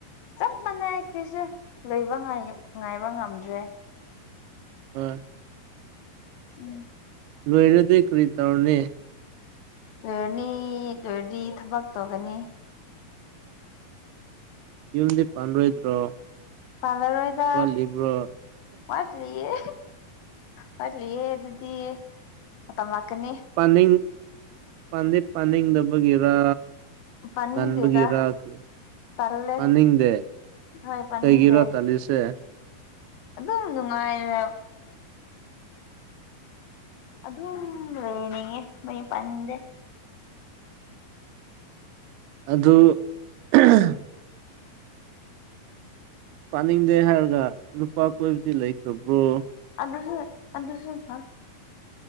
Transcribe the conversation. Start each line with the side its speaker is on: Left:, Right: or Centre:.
Left: ꯆꯞ ꯃꯥꯟꯅꯩ ꯑꯩꯈꯣꯏꯁꯨ ꯂꯩꯕ ꯉꯥꯏ ꯉꯥꯏꯕ ꯉꯝꯗ꯭ꯔꯦ
Right: ꯍꯣꯏ
Left: ꯎꯝ
Right: ꯂꯣꯏꯔꯗꯤ ꯀꯔꯤ ꯇꯧꯔꯅꯤ
Left: ꯂꯣꯏꯔꯅꯤ ꯂꯣꯏꯔꯗꯤ ꯊꯕꯛ ꯇꯧꯒꯅꯤ
Right: ꯌꯨꯝꯗꯤ ꯄꯥꯟꯔꯣꯏꯗ꯭ꯔꯣ
Left: ꯄꯥꯂꯔꯣꯏꯗ
Right: ꯋꯥꯠꯂꯤꯕ꯭ꯔꯣ
Left: ꯋꯥꯠꯂꯤꯌꯦ ꯋꯥꯠꯂꯤꯌꯦ ꯑꯗꯨꯗꯤ ꯃꯇꯝ ꯂꯥꯛꯀꯅꯤ
Right: ꯄꯥꯅꯤꯡ ꯄꯥꯟꯗꯤ ꯄꯥꯅꯤꯡꯗꯕꯒꯤꯔ
Left: ꯄꯥꯅꯤꯡꯗꯦꯗ
Right: ꯉꯟꯕꯒꯤꯔ ꯀꯔꯤ
Left: ꯇꯜꯂꯦ
Right: ꯄꯥꯅꯤꯡꯗꯦ
Left: ꯍꯣꯏ ꯄꯥꯅꯤꯡꯗꯦ
Right: ꯀꯩꯒꯤꯔꯣ ꯇꯥꯜꯂꯤꯁꯦ
Left: ꯑꯗꯨꯝ ꯅꯨꯡꯉꯥꯏꯔ ꯑꯗꯨꯝ ꯂꯩꯅꯤꯡꯉꯦ ꯃꯌꯨꯝ ꯄꯥꯅꯤꯡꯗꯦ
Right: ꯑꯗꯨ <unintelligible> ꯄꯥꯅꯤꯡꯗꯦ ꯍꯥꯏꯔꯒ ꯅꯨꯄꯥ ꯀꯣꯏꯕꯗꯤ ꯂꯩꯈ꯭ꯔꯕ꯭ꯔꯣ
Left: ꯑꯗꯨꯁꯨ ꯑꯗꯨꯁꯨ ꯍꯥ